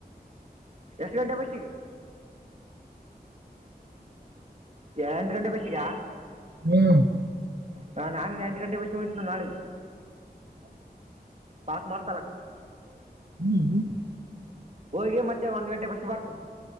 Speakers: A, on the right; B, on the right.
A: ಎಷ್ಟು ಗಂಟೆ ಬಸ್ಸಿಗೆ ಎಂಟ ಗಂಟೆ ಬಸ್ಸಾಗ
B: ಹ್ಮ್
A: ಹ ನಾನು ಎಂಟು ಗಂಟೆಗೆ ಬಸ್ಸಿಗೆ ಹೋಯಿತೀನಿ ನೋಡಿ ಪಾಸ್ ಮಾಡ್ಸಲ್ವ ಹ್ಞೂ
B: ಹ್ಮ್ ಹ್ಮ <unintelligible>
A: ಹೋಗಿ ಮತ್ತೆ ಒಂದ ಗಂಟೆ ಬಸ್ು ಬರ್ತನಿ